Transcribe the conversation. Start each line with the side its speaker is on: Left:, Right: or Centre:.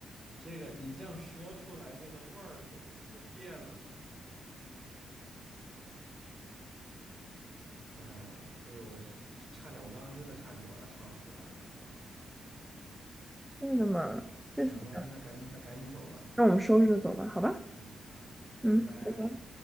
Right: 这个你这样说出来，那个味儿这怎么就变了呢？哎呀，就是我是就差点，我刚刚真的差点就把它唱出来了，你知道吗？
Centre: 真的吗？
Right: 行，
Centre: 就是这样
Right: 那那赶紧那赶紧走吧，
Centre: 那我们收拾走吧，好吧？
Right: 嗯，好，
Centre: 嗯。
Right: 拜拜。
Centre: 拜拜